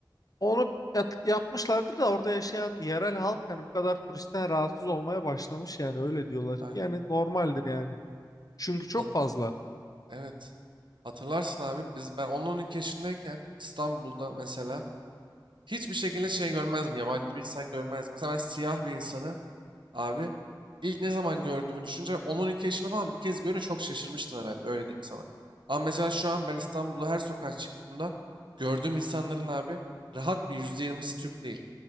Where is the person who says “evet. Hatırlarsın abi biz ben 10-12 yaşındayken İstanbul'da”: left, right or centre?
Right